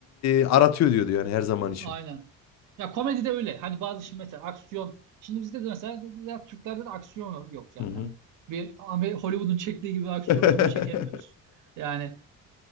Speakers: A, on the left; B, on the right.
A: e, aratıyor diyordu yani her zaman için.
B: Aynen. Ya komedi de öyle. Hani bazı şimdi mesela aksiyon. Şimdi bizde de mesela ya Türklerde de aksiyon yok yok yani.
A: Hı hı.
B: Hani bir Amer- Hollywood'un çektiği gibi aksiyon
A: <laughs>
B: filmi çekemiyoruz. Yani